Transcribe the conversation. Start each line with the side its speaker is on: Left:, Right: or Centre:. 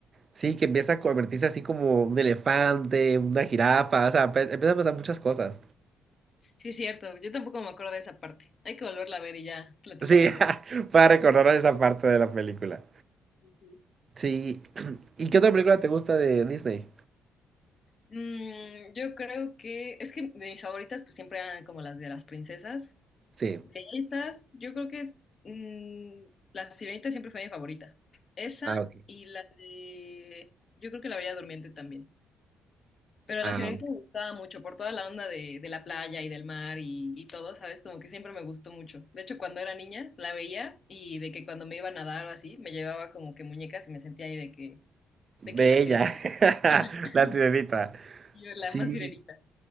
Right: Sí, que empieza a convertirse así como un elefante, una jirafa, o sea, pe- empiezan a pasar muchas cosas.
Left: Sí, es cierto. Yo tampoco me acuerdo de esa parte. Hay que volverla a ver y ya platicamos
Right: Sí,
Left: de
Right: <laughs> para recordarnos esa parte de la película.
Left: eso.
Right: Sí. <clears throat> ¿Y qué otra película te gusta de Disney?
Left: Mm, yo creo que es que mis favoritas pues siempre eran como las de las princesas.
Right: Sí.
Left: De esas, yo creo que es, mm, la Sirenita siempre fue mi favorita. Esa
Right: Ah, ok.
Left: y la de, yo creo que la Bella Durmiente también. Pero
Right: Ah,
Left: la Sirenita me gustaba mucho por toda la onda de, de la playa y del mar y, y todo, ¿sabes? Como que siempre me gustó mucho. De hecho, cuando era niña la veía y de que cuando me iba a nadar o así, me llevaba como que muñecas y me sentía ahí de que,
Right: Bella,
Left: de que en la Sirenita,
Right: <laughs>
Left: <laughs>
Right: la sirenita.
Left: yo la
Right: Sí,
Left: más Sirenita.